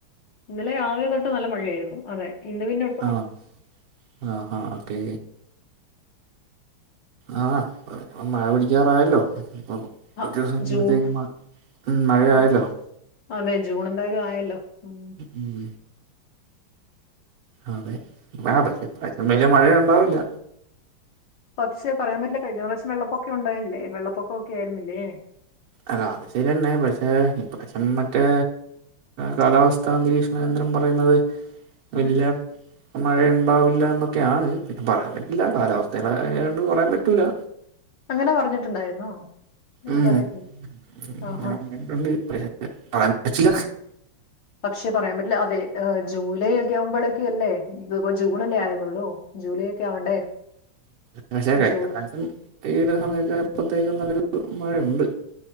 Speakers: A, on the left (about 65°); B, on the right (about 80°).
A: ഇന്നലെ രാവിലെ തൊട്ട് നല്ല മഴയായിരുന്നു അതെ ഇന്ന് പിന്നെ ഒ
B: ആണോ? ആഹ് ഹാ ഓക്കെ ആഹ് ഇപ്പൊ മഴ പിടിക്കാറായല്ലോ ഇപ്പം കൊറച്ച്
A: ആഹ്
B: ദിവസം കഴിയുമ്പത്തേനും
A: ജൂൺ
B: മഴ ഉം മഴ
A: ആഹ്
B: ആയല്ലോ?
A: അതെ ജൂൺ എന്തായാലും ആയല്ലോ? ഉം
B: ഉം അതെ ആഹ് പക്ഷേ ഇപ്രാശ്യം വല്യ മഴ ഉണ്ടാവില്ല
A: പക്ഷെ പറയാൻ പറ്റില്ല കഴിഞ്ഞ പ്രാവിശ്യം വെള്ളപ്പൊക്കെ ഉണ്ടായല്ലേ? വെള്ളപ്പൊക്കം ഒക്കെ ആയിരുന്നില്ലേ?
B: അതെ അത് ശരിയന്നെ പക്ഷെ ഇപ്രാശ്യം മറ്റേ കാലാവസ്ഥാ നിരീക്ഷണ കേന്ദ്രം പറയുന്നത്
A: <unintelligible>
B: വല്ല്യ മഴയുണ്ടാവില്ല എന്നൊക്കെയാണ് പിന്നെ പറയാൻ പറ്റില്ല കാലാവസ്ഥയുടെ കാര്യം ആയോണ്ട് പറയാൻ പറ്റൂല്ല
A: അങ്ങനെ പറഞ്ഞിട്ടുണ്ടായിരുന്നോ? എനിക്കറിയത്തില്ല
B: ഉം അങ്ങനെ
A: ആഹ് ഹാ
B: പറഞ്ഞിട്ടുണ്ട് പക്ഷേ പറയാൻ പറ്റില്ല
A: പക്ഷെ പറയാൻ പറ്റില്ല അതെ എഹ് ജൂലൈ ഒക്കെ ആവുമ്പളേക്കല്ലേ ഇതിപ്പോ ജൂൺ അല്ലേ ആയൊള്ളൂ ജൂലൈ ഒക്കെ ആവണ്ടേ?
B: പക്ഷേ കഴിഞ്ഞ
A: ജൂൺ
B: പ്രാവിശ്യം ഈ ഒരു സമയത്തെ ഇപ്പോഴത്തേക്കും നല്ലൊരു മഴയുണ്ട്